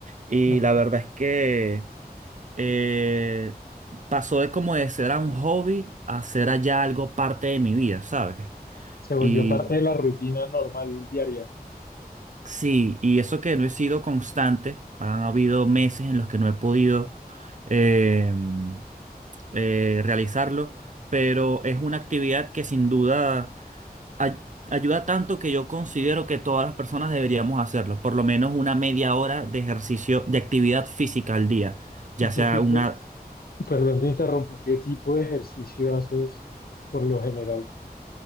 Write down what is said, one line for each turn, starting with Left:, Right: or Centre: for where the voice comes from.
Right: y
Left: Ok.
Right: la verdad es que eh, pasó de como de ser a un hobby a ser allá algo parte de mi vida, ¿sabes?
Left: Se volvió
Right: Y
Left: parte de la rutina normal diaria.
Right: sí, y eso que no he sido constante, han habido meses en los que no he podido. em, eh, realizarlo, pero es una actividad que sin duda ay- ayuda tanto que yo considero que todas las personas deberíamos hacerlo, por lo menos una media hora de ejercicio, de actividad física al día, ya
Left: ¿Y qué
Right: sea
Left: tipo,
Right: una...
Left: perdón te interrumpo, qué tipo de ejercicio haces por lo general?